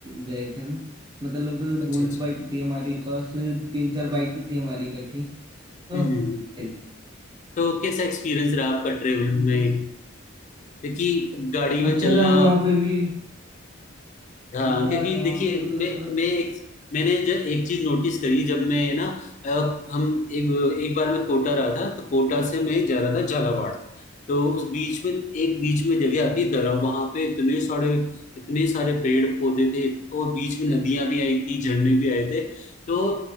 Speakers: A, on the right (about 20°); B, on the left (about 35°).
A: गए थे हम मतलब
B: अच्छा
A: बुलेट
B: अच्छा
A: बाइक थी हमारे पास तीन चार बाइक थी हमारी इकट्ठी तो
B: हम्म
A: हम
B: हम्म, हम्म।
A: गए थे
B: तो कैसा एक्सपीरियंस रहा आपका ट्रेवल
A: तो मतलब
B: में क्योंकि गाड़ी में
A: अच्छा
B: चलना
A: रहा वहाँ पे भी
B: हाँ
A: मजा
B: क्योंकि
A: आ गया वहाँ
B: देखिए
A: पे मतलब
B: मैं मैं एक मैंने जब एक चीज नोटिस करी जब मैं ना अ, हम एक एक बार मैं कोटा रहा था तो कोटा से मैं जा रहा था झालावाड़ तो उस बीच में एक बीच में जगह आती है दरा वहां पे इतने सारे इतने सारे पेड़ पौधे थे और बीच में नदियां भी आई थी झरने भी आए थे तो